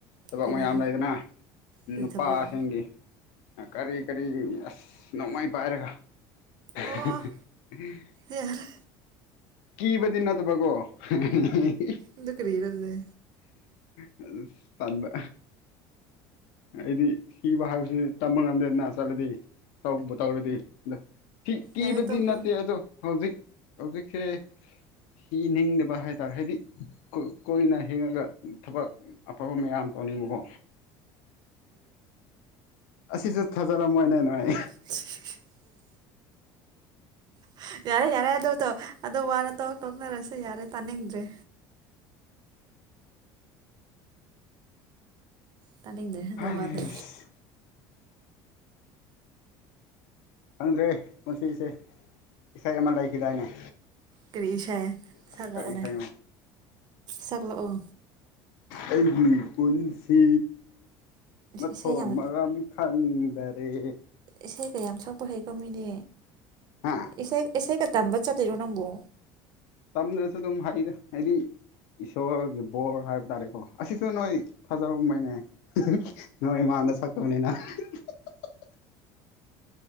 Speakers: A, on the left; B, on the right.
A: ꯊꯕꯛ
B: ꯀꯔꯤ
A: ꯃꯌꯥꯝ ꯂꯩꯗꯅ
B: ꯀꯔꯤ
A: ꯅꯨꯄꯥꯁꯤꯡꯒꯤ
B: ꯊꯕꯛ
A: ꯀꯔꯤ ꯀꯔꯤꯒꯤ ꯑꯁ ꯅꯣꯡꯃꯩ ꯄꯥꯏꯔꯒ ꯍꯦ
B: ꯑꯣ
A: ꯍꯦ ꯍꯦ ꯍꯦꯍ
B: ꯌꯥꯔꯦ
A: ꯀꯤꯕꯗꯤ ꯅꯠꯇꯕꯒꯣ ꯍ ꯍꯤ ꯍꯤ
B: ꯑꯗꯨ ꯀ꯭ꯔꯤꯔ ꯑꯗꯨꯗꯤ
A: ꯑꯁ ꯇꯟꯕ ꯑꯩꯗꯤ ꯁꯤꯕ ꯍꯥꯏꯕꯁꯤ ꯇꯝꯕ ꯉꯝꯗꯦꯗꯅ ꯆꯠꯂꯗꯤ ꯇꯧꯕꯨ ꯇꯧꯔꯗꯤ ꯑꯗꯣ ꯁꯤ ꯀꯤꯕꯗꯤ
B: ꯌꯥꯔꯦ ꯇꯣꯛꯈ꯭ꯔꯣ
A: ꯅꯠꯇꯦ ꯑꯗꯣ ꯍꯧꯖꯤꯛ ꯑꯣꯕꯤꯈꯦ ꯍꯤꯅꯤꯡꯗꯕ ꯍꯥꯏꯇꯥꯥꯔꯦ ꯍꯥꯏꯗꯤ ꯀꯨ ꯀꯨꯏꯅ ꯍꯤꯡꯉꯒ ꯊꯕꯛ ꯑꯐꯕ ꯃꯌꯥꯝ ꯇꯧꯅꯤꯡꯕꯀꯣ ꯑꯁꯤꯁꯨ ꯊꯥꯖꯔꯝꯃꯣꯏꯅꯦ ꯅꯣꯏ
B: <unintelligible> ꯍꯍ ꯌꯥꯔꯦ ꯌꯥꯔꯦ ꯑꯗꯣ ꯇꯣ ꯑꯗꯣ ꯋꯥꯔ ꯇꯣꯛ ꯇꯣꯛꯅꯔꯁꯦ ꯌꯥꯔꯦ ꯇꯥꯅꯤꯡꯗ꯭ꯔꯦ ꯇꯥꯅꯤꯡꯗ꯭ꯔꯦ ꯑꯗꯨ
A: ꯍꯩꯁ
B: ꯋꯥꯗꯣ
A: ꯈꯪꯗ꯭ꯔꯦ ꯄꯨꯟꯁꯤꯆꯦ ꯏꯁꯩ ꯑꯃ ꯂꯩꯈꯤꯗꯥꯏꯅꯦ
B: ꯀ꯭ꯔꯤ ꯏꯁꯩ
A: ꯑꯁ
B: ꯁꯛꯂꯛꯑꯣꯅꯦ
A: ꯀꯔꯤ ꯏꯁꯩꯅꯣ
B: ꯁꯛꯂꯛꯑꯣ
A: ꯑꯩꯒꯤ ꯄꯨꯟꯁꯤ ꯃꯊꯣꯡ
B: ꯏꯁꯩ ꯌꯥꯝ
A: ꯃꯔꯝ ꯈꯪꯗꯔꯦ
B: ꯏꯁꯩꯒ ꯌꯥꯝ ꯁꯛꯄ ꯍꯩ ꯀꯣ ꯃꯤꯗꯤ
A: ꯍꯥ
B: ꯏꯁꯩ ꯏꯁꯩ ꯀꯠ ꯇꯝꯕ ꯆꯠꯇꯣꯏꯔꯣ ꯅꯪꯕꯣ
A: ꯇꯝꯗ꯭ꯔꯁꯨ ꯑꯗꯨꯝ ꯍꯩꯗ ꯍꯥꯏꯗꯤ ꯏꯁꯣꯔꯒꯤ ꯕꯣꯔ ꯍꯥꯏꯕ ꯇꯥꯔꯦꯀꯣ ꯑꯁꯤꯁꯨ ꯅꯣꯏ ꯊꯥꯖꯔꯝꯃꯣꯏꯅꯦ ꯍꯨꯡ ꯍꯨꯡ ꯅꯣꯏ ꯃꯥꯡꯗ ꯁꯛꯇꯕꯅꯤꯅ ꯍꯍ ꯍꯤ ꯍꯤ ꯍꯤ